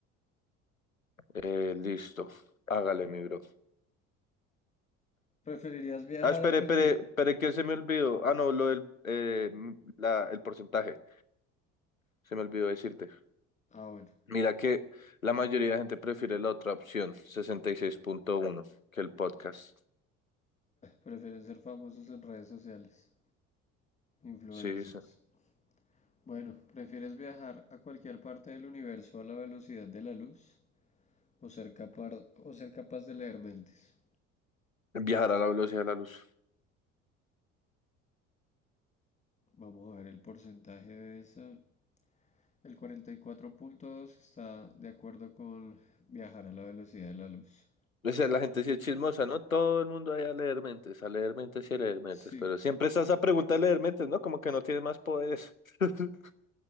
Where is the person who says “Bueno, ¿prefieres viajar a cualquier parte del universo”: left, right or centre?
Left